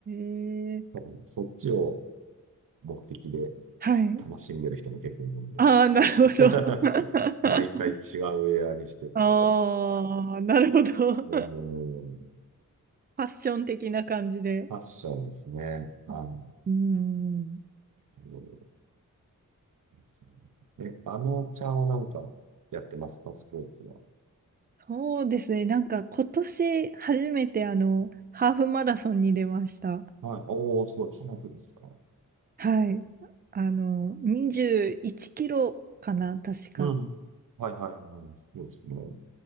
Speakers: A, on the right; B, on the right.
A: え
B: 多分、そっちを目的で
A: はい。
B: 楽しんでる人も結構いるんで。
A: ああ、なるほど。
B: <laughs>
A: <laughs>
B: 毎回違うウェアにしてとか。
A: ああ、なるほど。<laughs>
B: <laughs>
A: フ
B: うん
A: ァッション的な感じで。
B: ファッションですね。はい。
A: あ
B: なる
A: うーん、
B: ほどですねえ、あのちゃんはなんかやってますかスポーツは。
A: そうですね。なんか今年初めてあの、ハーフマラソンに出ました。
B: はい。おー、すごい、ハーフですか。
A: はい。あの、21キロかな、確か。
B: うん。はいはいはいはい。そうですね。